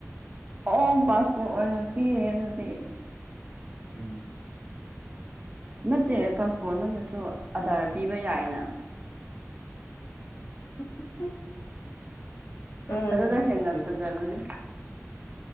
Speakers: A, on the right (about 30°); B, on the left (about 55°).
A: ꯑꯣ ꯄꯥꯁꯄꯣꯔꯠ ꯑꯣꯏꯅ ꯄꯤꯔꯦ ꯑꯗꯨꯗꯤ
B: ꯎꯝ
A: ꯅꯠꯇꯦ ꯄꯥꯁꯄꯣꯔꯠ ꯅꯅꯁꯨ ꯑꯗꯥꯔ ꯄꯤꯕ ꯌꯥꯏꯅ
B: <unintelligible> ꯑꯦ
A: ꯑꯗꯨꯅ ꯍꯦꯟꯅꯥ ꯐꯖꯕꯅꯦ